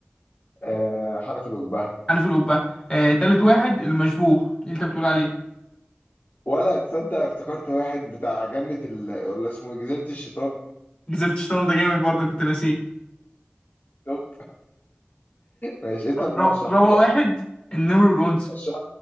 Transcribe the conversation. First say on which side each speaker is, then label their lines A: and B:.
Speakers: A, on the left; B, on the left.
A: آه حرف الأبهة
B: حنف القبه آه تالت واحد المشبوه اللي انت بتقول عليه
A: ولا تصدق افتكرت واحد بتاع جنة ال... ولا اسمه إيه؟ جزيرة الشيطان
B: جزيرة شيطان ده جامد برضه كنت ناسيه
A: شفت ماشي انت اللي
B: ر-
A: مرشحهولي
B: رابع
A: على
B: واحد
A: فكرة
B: النمر والأنثى
A: رشح